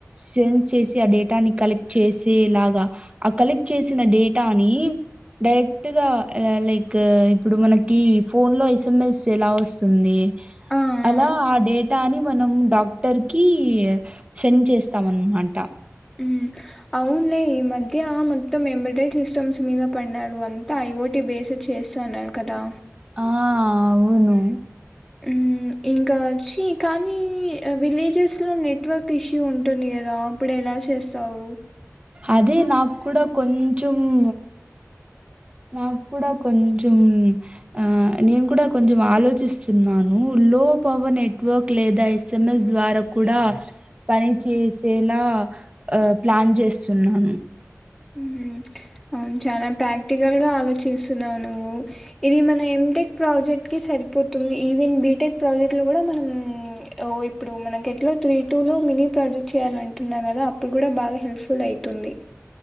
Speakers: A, on the right; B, in the centre.
A: సెన్స్ చేసి ఆ డేటా ని కలెక్ట్ చేసి సేలాగా, ఆ కలెక్ట్ చేసిన డేటాని డైరెక్ట్ గా ఆ లైక్ ఇప్పుడు మనకి ఫోన్ లో ఎస్ఎంఎస్ ఎలా వస్తుంది
B: ఆ! ఆ!
A: అలా ఆ డేటాని మనం డాక్టర్ కి సెండ్ చేస్తాం అన్నమాట
B: మ్మ్ అవున్లే ఈ మధ్య మొత్తం ఎంబడేడ్ సిస్టమ్స్ మీద పడ్నారు అంతా ఐ ఓటి బేసిడ్ చేస్తఉన్నాడు కదా
A: ఆ అవును
B: హ్మ్మ్ ఇంకా వచ్చి కానీ విలేజెస్ లో నెట్వర్క్ ఇష్యూ ఉంటుంది కదా అప్పుడు ఎలా చేస్తావు
A: అదే నాకు కూడా కొంచమూ నాకు కూడా కొంచెం, ఆ నేను కూడా కొంచెం ఆలోచిస్తున్నాను లో పవర్ నెట్వర్క్ లేదా ఎస్ఎంఎస్ ద్వారా కూడా పని చేసేలా ఆ ప్లాన్ చేస్తున్నాం
B: మ్మ్ అవును చాలా ప్రాక్టికల్ గా ఆలోచిస్తున్నావు నువ్వు ఇది మన ఏం ఎం టెక్ ప్రాజెక్ట్ కి సరిపోతుంది, ఈవెన్ బీ టెక్ ప్రాజెక్ట్ లో కూడా మనం ఓ ఇప్పుడు మన ఎట్లో త్రీ టూ లో మినీ ప్రాజెక్ట్ చేయాల అంటున్నార్ కదా అప్పుడు కూడా బాగా హెల్ప్ఫుల్ అయితుంది